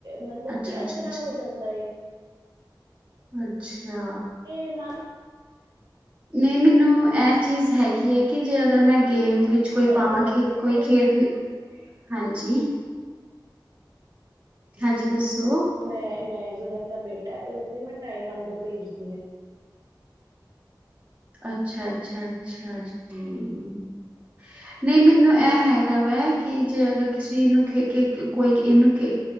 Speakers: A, on the right; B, on the right.
A: ਮਤ ਲਬ
B: ਅੱਛਾ-ਅੱਛਾ।
A: ਕਿ ਅੱਛੇ ਨਾਲ ਹੋ ਜਾਂਦਾ ਏ।
B: ਅੱਛਾ।
A: ਇਹ ਨਾ
B: ਨਈ ਮੈਨੂੰ ਇਹ ਚੀਜ਼ ਹੈਗੀ ਹੈ ਕਿ ਜੇ ਅਗਰ ਮੈਂ ਗੇਮ ਵਿੱਚ ਕੋਈ
A: ਮੈਂ
B: ਪਾਵਾਂ
A: ਵੀ ਲੈ
B: ਖੇਡ
A: ਜਾਂਦੀ
B: ਕੋਈ
A: ਪਰ
B: ਖੇਡ ਵੀ, ਹਾਂਜੀ
A: ਹੂੰ
B: ਹਾਂਜੀ ਦੱਸੋ?
A: ਮੈਂ, ਮੈਂ ਜਿਵੇਂ ਆਪਣਾ ਬੇਟਾ ਉਹ ਤੇ ਮੈਂ ਟਾਈਕਾਂਡੋ ਭੇਜਦੀ ਆ।
B: ਅੱਛਾ-ਅੱਛਾ, ਅੱਛਾ ਜੀ। ਨਈ ਮੈਨੂੰ ਇਹ ਹੈਗਾ ਵਾ ਕਿ ਜੇ ਅਗਰ ਕਿਸੇ ਨੂੰ ਖੇ ਕੇ ਕੋਈ ਇਹਨੂੰ ਖੇ